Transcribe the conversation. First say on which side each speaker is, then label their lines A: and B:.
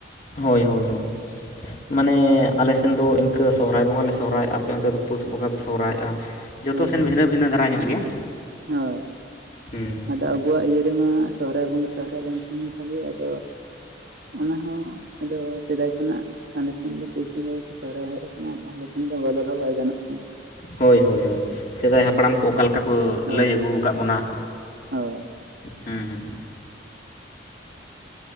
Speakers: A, on the left; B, on the right.
A: ᱦᱳᱭ ᱦᱳᱭ ᱦᱳᱭ ᱢᱟᱱᱮ ᱟᱞᱮ ᱥᱮᱱ ᱫᱚ ᱤᱝᱠᱟᱹ ᱥᱚᱦᱨᱟᱭ ᱵᱚᱸᱜᱟ ᱞᱮ ᱥᱚᱦᱨᱟᱭ ᱟᱯᱮ ᱚᱱᱛᱮ ᱫᱚ ᱯᱩᱥ ᱵᱚᱸᱜᱟ ᱯᱮ ᱥᱚᱦᱨᱟᱭᱚᱜ-ᱟ ᱡᱚᱛᱚ
B: ᱦᱳᱭ
A: ᱥᱮᱱ
B: ᱦᱳᱭ
A: ᱵᱷᱤᱱᱟᱹ ᱵᱷᱤᱱᱟᱹ ᱫᱷᱟᱨᱟ ᱧᱚᱜ ᱜᱮᱭᱟ
B: ᱦᱳᱭ
A: ᱦᱮᱸ
B: ᱟᱫᱚ ᱟᱵᱚᱣᱟᱜ ᱤᱭᱟᱹ ᱨᱮ ᱢᱟ ᱥᱚᱦᱨᱟᱭ ᱵᱚᱸᱜᱟ ᱥᱚᱦᱨᱟᱭ ᱞᱮᱱᱠᱷᱟᱱ ᱵᱷᱟᱹᱜᱤᱭᱟ ᱟᱫᱚ ᱚᱱᱟ ᱦᱚᱸ ᱟᱫᱚ ᱥᱮᱫᱟᱭ ᱠᱷᱚᱱᱟᱜ ᱟᱞᱮᱥᱱ ᱫᱚ ᱯᱩᱥ ᱵᱚᱸᱜᱟ ᱜᱮᱠᱚ ᱥᱚᱦᱨᱟᱭ ᱦᱮᱡ ᱠᱟᱱᱟ ᱛᱟᱦᱚᱞᱮ ᱠᱷᱟᱱ ᱫᱚ ᱵᱚᱫᱚᱞ ᱦᱚᱸ ᱵᱟᱭ ᱜᱟᱱᱚᱜ ᱠᱟᱱᱟ
A: ᱦᱳᱭ ᱦᱳᱭ ᱦᱳᱭ ᱥᱮᱫᱟᱭ ᱦᱟᱯᱲᱟᱢ ᱠᱚ ᱚᱠᱟ ᱞᱮᱠᱟ ᱠᱚ
B: ᱦᱳᱭ
A: ᱞᱟᱹᱭ ᱟᱹᱜᱩ
B: ᱦᱳᱭ
A: ᱠᱟᱜ ᱵᱚᱱᱟ
B: ᱦᱳᱭ
A: ᱦᱩᱸ ᱦᱩᱸ